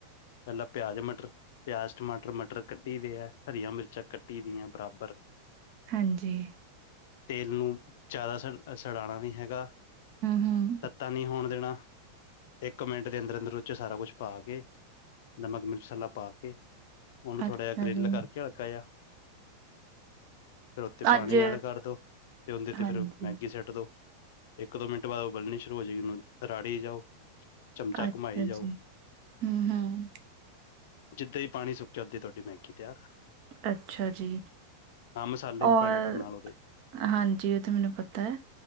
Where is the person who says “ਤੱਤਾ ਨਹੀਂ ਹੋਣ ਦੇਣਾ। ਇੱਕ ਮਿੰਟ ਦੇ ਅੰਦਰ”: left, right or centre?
Left